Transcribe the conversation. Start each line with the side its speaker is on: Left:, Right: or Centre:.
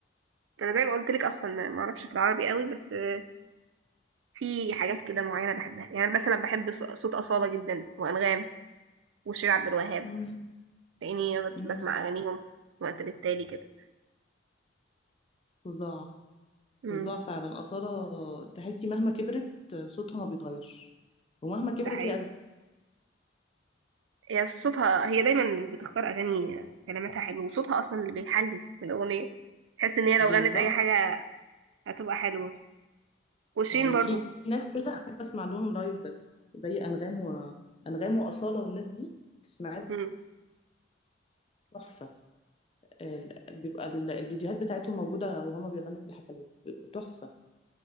Right: انا زي ما قلت لك اصلا ما ما اعرفش في العربي قوي بس آه، في حاجات كده معينه بحبها يعني مثلا بحب ص- صوت اصاله جدا وانغام وشير عبد الوهاب
Left: أمم،
Right: لاني بس-
Left: أمم،
Right: بسمع اغانيهم وقت للتالي كده
Left: فظاع
Right: امم
Left: فظاع فعلا أصالة تحسي مهما كبرت صوتها ما بيتغيرش ومهما كبرت
Right: ده حقيقي
Left: هي أغ-
Right: هي صوتها هي دايما بتختار اغاني كلماتها حلوه وصوتها اصلا اللي بيحلي الاغنيه تحس ان هي لو
Left: بالظبط
Right: غنت اي حاجه هتبقى حلوه وشيرين
Left: يعني
Right: برضو
Left: في ناس كده أحب أسمع لهم لايف بس زي أنغام وأنغام وأصالة والناس دي تسمعها
Right: امم
Left: تحفة ال- بيبقى ال- الفيديوهات بتاعتهم موجودة وهما بيغنوا في الحفلات بيبقوا تحفة